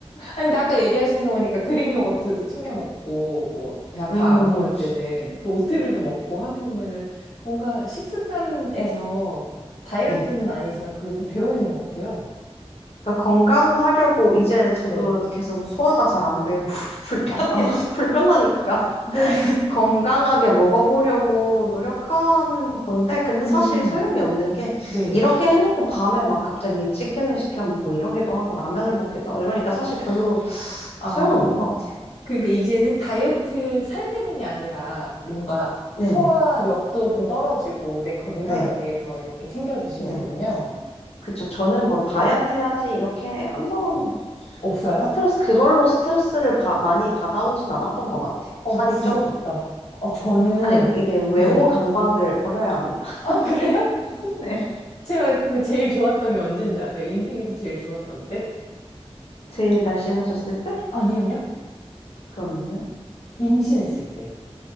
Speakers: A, on the left; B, on the left.
A: 아니, 근데 아까 얘기하시는 거 보니까 그릭 요거트도 챙겨 먹고, 뭐, 배 아파
B: 음,
A: 안 먹을 때는 그 오트밀도 먹고 하는 거면은 뭔가 식습관에서 다이어트는
B: 네.
A: 아니지만 그게 좀 배어 있는 것 같아요.
B: 그러니까 건강하려고 이제 저도
A: 네.
B: 계속 소화가 잘 안 되고 <laughs>
A: 아, 아,
B: 불편해 불편하니까
A: <laughs> 네.
B: 건강하게 먹어보려고 노력하는 건데, 근데
A: 음,
B: 사실 소용이 없는 게,
A: 네.
B: 이렇게 해놓고 밤에 막 갑자기 치킨을 시켜 먹고 이러기도 하고 라면을 먹기도 하고 이러니까 사실 별로
A: 아,
B: 소용은 없는 것 같아요.
A: 그러니까 이제는 다이어트 살 때문이 아니라 뭔가 소화력도
B: 네네.
A: 좀 떨어지고 내 건강을
B: 네.
A: 위해서 이렇게 챙겨 드시는군요.
B: 네. 그쵸. 저는 뭐 다이어트
A: 네.
B: 해야지 이렇게 한 번
A: 없어요?
B: 스트레스, 그걸로 스트레스를 바- 많이 받아오진 않았던 것 같아요.
A: 어,
B: 살이
A: 부럽다.
B: 쪄도.
A: 어, 저는,
B: 아니, 그 이게 외모
A: 네.
B: 강박을 버려야 합니다. <laughs>
A: 아, <laughs> 그래요?
B: 네.
A: 제가 그 제일 좋았던 게 언제인 줄 아세요? 인생에서 제일 좋았던 때?
B: 제일 날씬하셨을 때?
A: 아니요, 아니요.
B: 그러면요.
A: 임신했을 때.